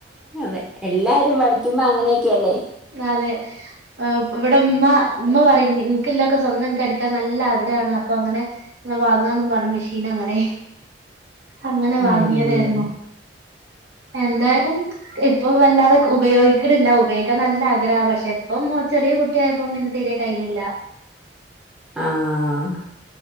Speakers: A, in the centre; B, on the right.
A: അതെ എല്ലാരും പഠിക്കുമ്പോ അങ്ങനെയൊക്കെയല്ലേ
B: അതെ് ഇവിടെ ഉമ്മ
A: ഉം.
B: ഉമ്മ പറ- നിനിക്കെല്ലാംക്കെ സ്വന്തം എനക്ക് അടിക്കാൻ നല്ല ആഗ്രഹമാണ് അപ്പൊ അങ്ങനെ വാങ്ങാന്ന പറഞ്ഞു മെഷീ- ൻ അങ്ങനെ അങ്ങനെ
A: ഉം.
B: വാങ്ങിയതായിരുന്നു എന്തായാലും ഇപ്പൊ വല്ലാതെ ഉപയോഗിക്കടില്ല ഉപയോഗിക്കാൻ നല്ല ആഗ്രഹ പക്ഷെ ഇപ്പം ചെറിയ കുട്ടിയായപ്പ പിന്നെ തീരെ ടൈമില്ല
A: ആഹ്